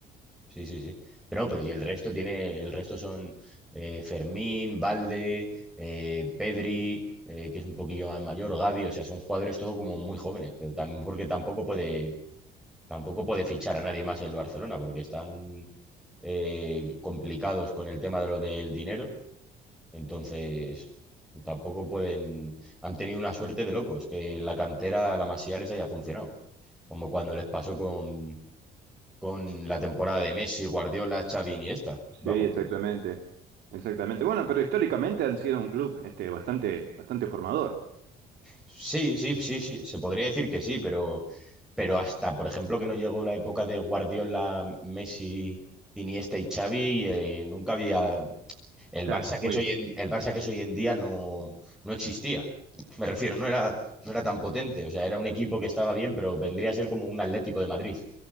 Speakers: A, in the centre; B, on the right.
A: Sí, sí, sí. Pero no, pero y el resto tiene, el resto son eh, Fermín, Valde, eh, Pedri, eh, que es un poquillo más mayor, Gavi, o sea, son jugadores todo como muy jóvenes, pero también porque tampoco puede, tampoco puede fichar a nadie más el Barcelona, porque están eh, complicados con el tema de lo del dinero, entonces tampoco pueden, han tenido una suerte de locos, que la cantera, la Masía les haya funcionado, como cuando les pasó con, con la temporada de Messi, Guardiola, Xavi, Iniesta. Vamos.
B: Sí, exactamente.
A: pues,
B: Exactamente. Bueno, pero históricamente han sido un club este bastante bastante formador.
A: Sí, sí, sí, sí, se podría decir que sí, pero, pero hasta, por ejemplo, que no llegó la época de Guardiola, Messi, Iniesta y Xavi, eh, nunca había el
B: Claro,
A: Barça que
B: muy
A: es hoy en, el Barça que es hoy en día no, no existía. Me refiero, no era, no era tan potente, o sea, era un equipo que estaba bien, pero vendría a ser como un Atlético de Madrid.